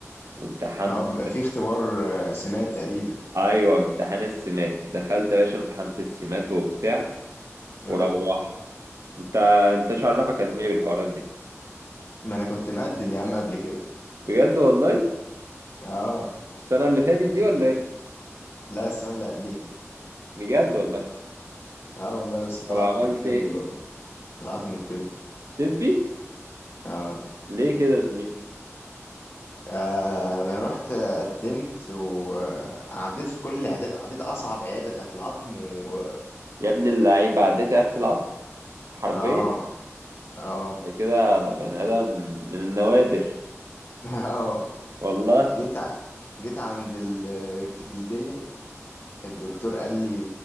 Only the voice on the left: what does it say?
اه بيبقى فيه اختبار آه، سمات تقريبا
اه
ت-
ما انا كنت مقدم يا عم قبل كده
اه
لا السنة اللي قبليها
اه والله بس طلعت
من الطبي
برضه طلعت من الطبي
اه
آه، انا رحت آه، قدمت وعديت في كل العيادات عديت اصعب عياده بتاعت العظم و
اه اه
و...
<laughs> اه
جيت ع... جيت عند ال- الجلديه الدكتور قال لي